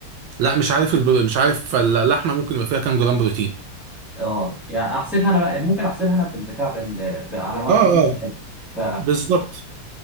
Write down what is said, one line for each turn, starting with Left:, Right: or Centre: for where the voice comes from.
Right: لا مش عارف البر... مش عارف اللحمه ممكن يبقى فيها كام جرام بروتين
Centre: اه يعني احسبها انا بقى ممكن احسبها انا بالبتاع بال... على ماي
Right: اه
Centre: فيتنس بال
Right: اه
Centre: ف
Right: بالظبط